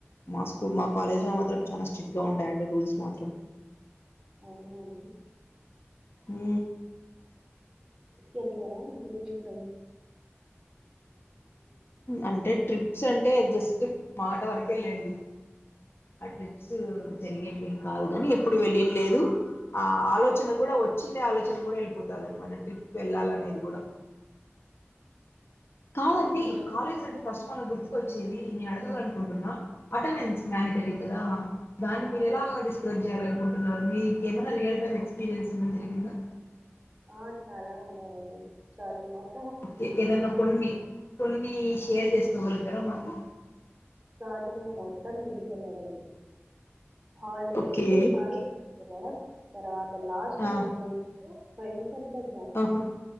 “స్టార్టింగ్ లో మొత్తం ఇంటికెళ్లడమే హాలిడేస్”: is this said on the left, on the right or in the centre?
Right